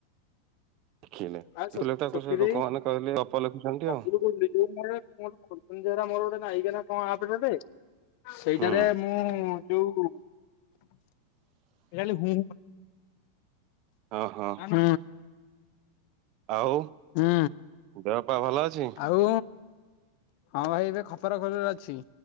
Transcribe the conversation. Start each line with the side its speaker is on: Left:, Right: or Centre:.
Right: ଲେଖିଲେ
Left: ଆ
Right: ଲେଖିଲେ ତାକୁ
Left: ସୋପି
Right: ସେ
Left: ଦେଇ
Right: ଲୋକମାନେ କହିଲେ
Left: ବବୁଲୁ
Right: ଗପ ଲେଖୁଛନ୍ତି ଆଉ
Left: କହୁଥିଲି ଯୋଉ କଣ ଖୋଲୁଛନ୍ତିା ମୋର ଗୋଟେ ନାଇକା ନା କଣ ଆପ୍ ଦେ ସେଇଟାରେ
Right: ହୁଁ
Left: ମୁଁ ଯୋଉ ଏ ଖାଲି ହୁଁ
Right: ହଁ ହଁ।
Left: ହୁଁ
Right: ଆଉ।
Left: ହୁଁ।
Right: ଦେହପା ଭଲ ଅଛି।
Left: ଆଉ ହଁ ଭାଇ ଏବେ ଖପରା ଖୋଲରେ ଅଛି।